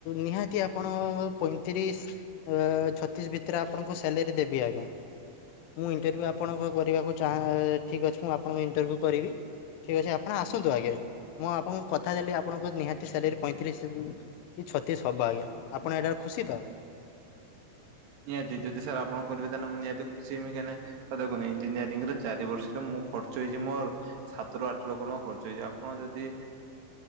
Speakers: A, on the left; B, on the right.
A: ନିହାତି ଆପଣଙ୍କ ପଇଁତିରିଶ। ଛତିଶ ଭିତରେ ଆପଣଙ୍କୁ ସାଲାରୀ ଦେବି ଆଜ୍ଞା। ମୁଁ ଇଣ୍ଟରଭ୍ୟୁ ଆପଣଙ୍କ କରିବାକୁ ଚାଁ ଠିକ୍ ଅଛି ମୁଁ ଆପଣଙ୍କ ଇଣ୍ଟରଭ୍ୟୁ କରିବି। ଠିକ ଅଛି ଆପଣ ଆସନ୍ତୁ ଆଜ୍ଞା। ମୁଁ ଆପଣଙ୍କୁ କଥା ଦେଲି ଆପଣଙ୍କ ନିହାତି ସାଲାରୀ ପଇଁତିରିଶ କି ଛତିଶ ହବ ଆଜ୍ଞା ଆପଣ ଏଟାରେ ଖୁସିି ତ?
B: ନିହାତି ଯଦି ସାର୍ ଆପଣ କରିବେ ତାହେଲେ ମୁଁ ନିହାତି ଖୁସିି ହେବି ଦେଖନ୍ତୁ ଇଞ୍ଜିନିୟରିଂ ରେ ଚାରିବର୍ଷରେ ମୁଁ ଖଚ ହେଇଛି ମୋର ଆଠ ଲକ୍ଷ ଟଙ୍କା ଖର୍ଚ ହେଇଛି ଆପଣ ଯଦି